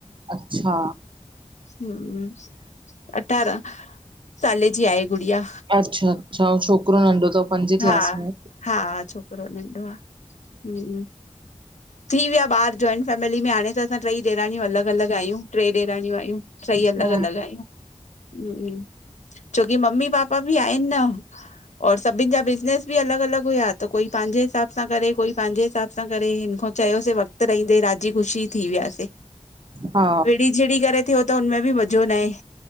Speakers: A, on the right; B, on the left.
A: अच्छा
B: हूं अठारह। साले जी आहे गुड़िया,
A: अच्छा अच्छा ऐं छोकिरो नंढो अथव पंजे
B: हा।
A: क्लास में
B: हा छोकिरो नंढो आ, हूं। मुंजा ॿार जॉइंट फैमिली में हाणे त असां टई ॾेराणियूं अलॻि-अलॻि आहियूं, ट्रे ॾेराणियूं आहियूं, टई
A: हम्म
B: अलॻि अलॻि आहियूं। छोकी मम्मी पापा बि आहिनि न, और सभिनि जा बिजनेस बि अलॻि-अलॻि हुया, त कोई पंहिंजे हिसाब सां करे कोई पंहिंजे हिसाब सां करे हिन ख असि वक़्त रहंदे राजी ख़ुशी थी विया सी।
A: हा
B: विढ़ी-झीढ़ी करे थियो त हुनमें बि मज़ो न आहे।,